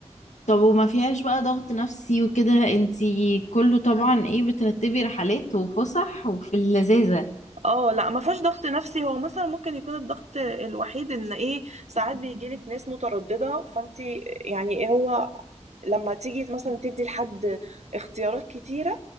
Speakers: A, on the left (about 80°); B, on the right (about 70°).
A: طب وما فيهاش بقى ضغط نفسي وكده انتي كله طبعا ايه بترتبي رحلات وفسح وفي اللذاذة
B: اه لا ما فيهاش ضغط نفسي هو مثلا ممكن يكون الضغط الوحيد ان ايه ساعات بيجيلك ناس متردده فانت يعني إيه هو لما تيجي مثلا تدي لحد اختيارات كتيره